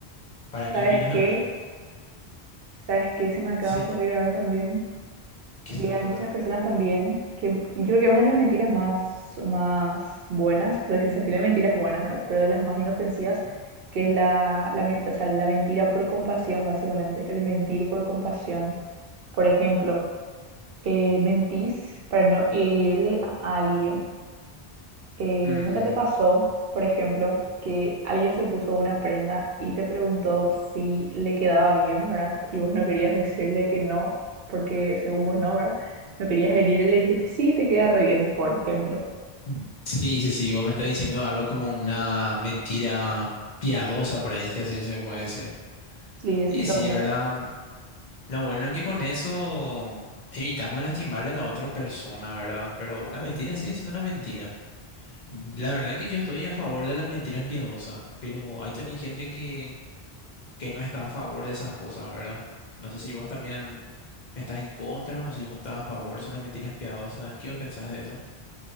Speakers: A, on the left; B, on the right.
A: Para mi
B: ¿Sabes
A: opinión,
B: qué?
A: al menos.
B: ¿Sabes qué se me acaba
A: Sí,
B: de ocurrir ahora también?
A: ¿qué
B: que
A: se te ocurre?
B: hay muchas personas también que yo creo que una de las mentiras más, más buenas, por decirse así, no hay mentiras buenas, ¿verdad? Pero de las más inofensivas,
A: Ujú.
B: que es la, la, men- o sea, la mentira por compasión, básicamente, el mentir por compasión. Por ejemplo, eh, mentís para no herirle a alguien eh,
A: Mm,
B: ¿nunca te pasó, por ejemplo, que alguien se puso una prenda y te preguntó si le quedaba bien, ¿verdad? Y vos no querías decirle que no, porque según vos no, ¿verdad? No querías herir y le dijiste, sí, te queda re bien, por ejemplo.
A: mm. sí, sí, sí, vos me estás diciendo algo como una mentira piadosa, por ahí, si así se puede decir.
B: Sí, exactamente.
A: Y sí, ¿verdad? Lo bueno es que con eso evitamos lastimarle a la otra persona, ¿verdad? Pero una mentira sigue siendo una mentira. La verdad que yo estoy a favor de las mentiras piadosas, pero hay también gente que que no estás a favor de esas cosas, ¿verdad? No sé si vos también estás en contra o si vos estás a favor, son las mentiras piadosas. ¿Qué vos pensás de eso?